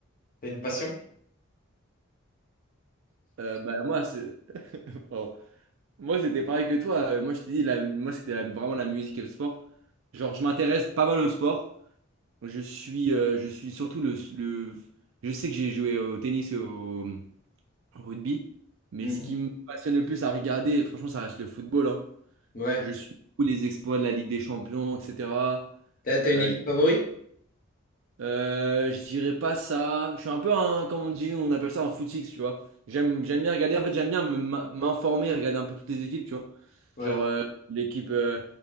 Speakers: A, on the left; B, on the right.
A: T'as une passion?
B: Euh, bah, moi, c'est- <laughs> pardon. Moi, c'était pareil que toi. Euh, Moi, je t'ai dit, la- moi, c'était la- vraiment la musique et le sport. Genre, je m'intéresse pas mal au sport. Je suis, euh, je suis surtout le, le- Je sais que j'ai joué au tennis et au, au rugby, mais
A: Mhm.
B: ce qui me passionne le plus à regarder, franchement, ça reste le football. hein.
A: Ouais.
B: Je suis tous les exploits de la Ligue des Champions, etc.
A: T'as, t'as une
B: Euh,
A: équipe favorite?
B: euh, je dirais pas ça. Je suis un peu un, comme on dit, on appelle ça un footix, tu vois. J'aime, j'aime bien regarder. En fait, j'aime bien me- m'informer, regarder un peu toutes les équipes, tu vois.
A: Ouais.
B: Genre euh, l'équipe, euh,